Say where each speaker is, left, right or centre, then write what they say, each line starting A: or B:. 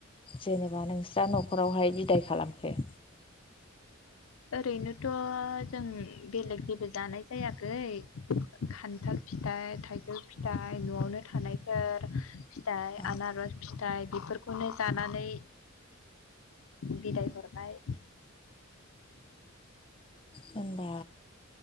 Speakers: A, on the left; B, on the left.
A: जेनेबा नोंस्रा न'खरावहाय बिदाय खालामखो?
B: ओरैनोथ' जों बेलेग जेबो जानाय जायाखै खान्थाल फिथाइ थाइजौ फिथाइ न'आवनो थानायफोर फिथाइ
A: अ
B: आनारस फिथाइ बेफोरखौनो जानानै बिदाय हरबाय।
A: होनबा